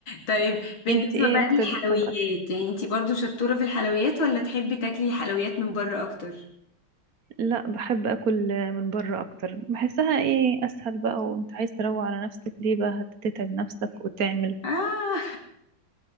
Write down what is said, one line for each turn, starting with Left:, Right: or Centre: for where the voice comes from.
Left: طيب بالنسبة
Right: انت ايه
Left: بقى
Right: اكتر
Left: للحلويات
Right: طب أك...
Left: يعني انتي برضو شطورة في الحلويات ولا تحبي تاكلي حلويات من بره اكتر
Right: لا بحب اكل من بره اكتر بحسها ايه اسهل بقى وانت عايز تروق على نفسك ليه بقى هتتعب نفسك وتعمل
Left: اه